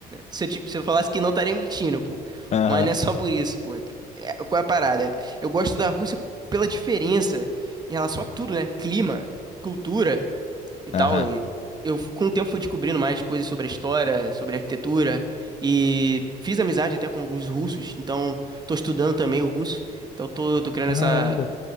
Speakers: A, on the right; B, on the left.
A: Se eu, te- se eu falasse que não, eu estaria mentindo, pô.
B: Aham.
A: Mas não é só por isso, pô. É, qual é a parada? Eu gosto da Rússia pela diferença em relação a tudo, né? Clima, cultura e tal.
B: Aham.
A: E eu, com o tempo, fui descobrindo mais coisas sobre a história, sobre a arquitetura. E fiz amizade até com alguns russos. Então, tô estudando também o russo. Então, tô, tô criando
B: Caramba.
A: essa